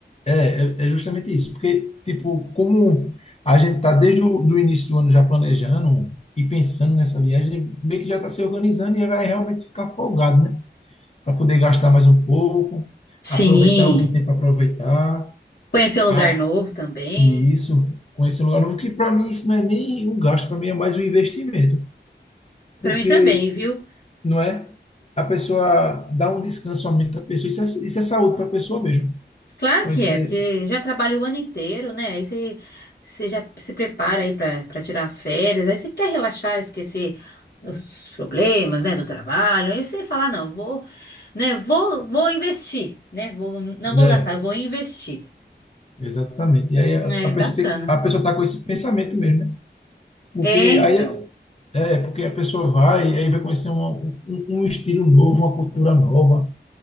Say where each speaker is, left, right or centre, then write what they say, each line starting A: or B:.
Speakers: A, on the left; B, on the left.
A: é, é é justamente isso, porque, tipo, como a gente tá desde o do início do ano já planejando e pensando nessa viagem, meio que já está se organizando e vai realmente ficar folgado, né? Para poder gastar mais um pouco, aproveitar
B: Sim.
A: o que tem para aproveitar.
B: Conhecer um
A: Ah,
B: lugar novo também.
A: e isso, conhecer um lugar novo, que para mim isso não é nem um gasto, para mim é mais um investimento, porque,
B: Para mim também, viu?
A: não é? A pessoa dá um descanso à mente da pessoa, isso é, isso é saúde para a pessoa mesmo.
B: Claro
A: Conhecer.
B: que é, porque já trabalha o ano inteiro, né? Aí você, você já se prepara aí para para tirar as férias, aí você quer relaxar, esquecer os problemas, né, do trabalho. Aí você fala, "Ah, não, vou, né, vou, vou investir, né? Vou, não
A: né
B: vou gastar, eu vou investir.
A: Exatamente. E aí a,
B: É
A: a
B: bacana.
A: pessoa tem, a pessoa tá com esse pensamento mesmo, né? Porque
B: É, então.
A: aí é, porque a pessoa vai, aí vai conhecer uma- um, um um estilo novo, uma cultura nova.